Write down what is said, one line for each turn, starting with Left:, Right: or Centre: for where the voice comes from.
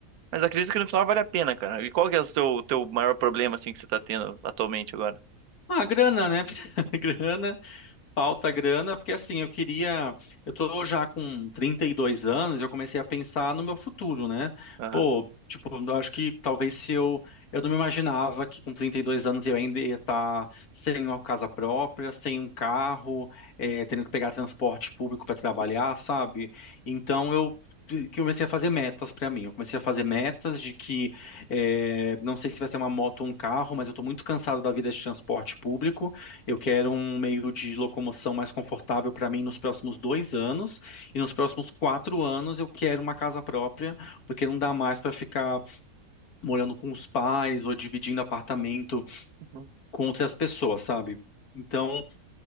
Right: Mas acredito que no final vale a pena, cara. E qual que é o teu, teu maior problema, assim, que você tá tendo atualmente agora?
Left: Ah, grana, né? <laughs> Grana. falta grana, porque assim, eu queria. Eu tô já com 32 anos, eu comecei a pensar no meu futuro, né?
Right: Aham.
Left: Pô, tipo, eu acho que talvez se eu. Eu não me imaginava que com 32 anos eu ainda ia estar sem uma casa própria, sem um carro, eh, tendo que pegar transporte público para trabalhar, sabe? Então eu. Que eu comecei a fazer metas para mim. Eu comecei a fazer metas de que eh, não sei se vai ser uma moto ou um carro, mas eu estou muito cansado da vida de transporte público. Eu quero um meio de locomoção mais confortável para mim nos próximos dois anos. E nos próximos quatro anos eu quero uma casa própria, porque não dá mais para ficar morando com os pais ou dividindo apartamento
Right: Uhum.
Left: com outras pessoas, sabe? Então,